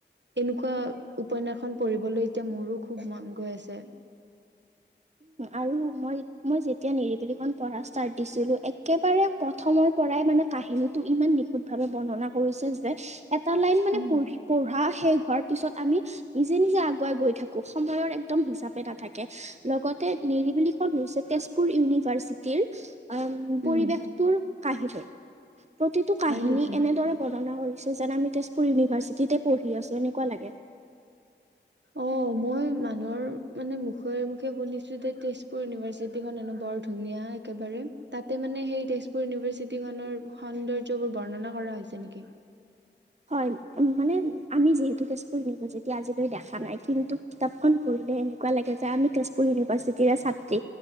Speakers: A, on the right (about 70°); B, on the right (about 35°).
A: এনেকুৱা উপন্যাসখন পঢ়িবলৈ এতিয়া মোৰো খুব মন গৈ আছে।
B: আৰু মই মই যেতিয়া নিৰিবেলিখন পঢ়া ষ্ট ষ্টাৰত দিছিলো, একেবাৰে প্ৰথমৰ পৰাই মানে কাহিনীটো ইমান নিখুত ভাৱে বৰ্ণনা কৰিছে যে এটা লাইন মানে
A: উম,
B: পঢ়ি পঢ়া শেষ হোৱাৰ পিছত আমি নিজে নিজে আগুৱাই গৈ থাকো। সময়ৰ এক দম হিচাপে না থাকে। লগত তে নিৰিবিলিখন হৈছে তেজপুৰ ইউনিভাৰ্চিটিৰ পৰিৱেশটোৰ
A: উম,
B: কাহিৰে। প্ৰতিটো কাহিনী
A: হয় নেকি?
B: এনেদৰে বৰ্ণনা কৰিছে যেন আমি তেজপুৰ ইউনিভাৰ্চিটিতে পঢ়ি আছোঁ, সেনেকুৱা লাগে।
A: অ', মই মানুহৰ মানে মুখে মুখে শুনিছোঁ যে তেজপুৰ ইউনিভাৰ্চিটিখন হেনো বৰ ধুনীয়া একেবাৰে। তাতে মানে সেই তেজপুৰ ইউনিভাৰ্চিটিখনৰ সৌন্দৰ্যবোৰ বৰ্ণনা কৰা হৈছে নেকি?
B: হয়। মানে আমি যিহেতু তেজপুৰ ইউনিভাৰ্চিটি আজিলৈ দেখা নাই, কিন্তু কিতাপখন পঢ়িলে এনেকুৱা লাগে যে আমি তেজপুৰ ইউনিভাৰ্চিটিৰে ছাত্ৰী।